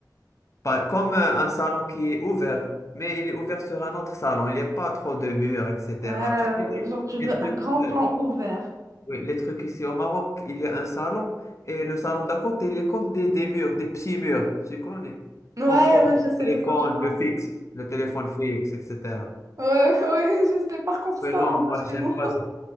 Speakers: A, on the left; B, on the right.
A: Pas- Comme euh, un salon qui est ouvert, mais il est ouvert sur un autre salon. Il n'y a pas trop de murs, etc.
B: Euh,
A: Tu sais, les,
B: genre, tu veux
A: les trucs,
B: un grand
A: euh,
B: plan ouvert.
A: oui, les trucs ici au Maroc, il y a un salon et le salon d'à côté, il est comme des, des murs, des petits murs. Tu connais?
B: Ouais,
A: On pose
B: ouais, je
A: le
B: sais
A: téléphone,
B: de quoi tu parles.
A: le fixe, le téléphone fixe, etc.
B: Ouais, <laughs> ouais, je sais. Par contre,
A: Mais
B: ça,
A: non,
B: on l'a
A: moi, j'aime
B: chez nous.
A: pas ça.